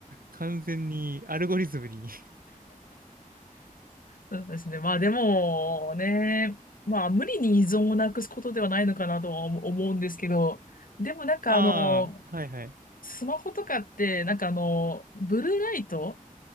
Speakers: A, on the right; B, on the left.
A: 完全にアルゴリズムに
B: そうですね。まあ、でもね、まあ、無理に依存をなくすことではないのかなとは思思うんですけど、でもなんか、
A: <laughs> ああ、
B: あの、
A: はいはい。
B: スマホとかって、なんかあの、ブルーライト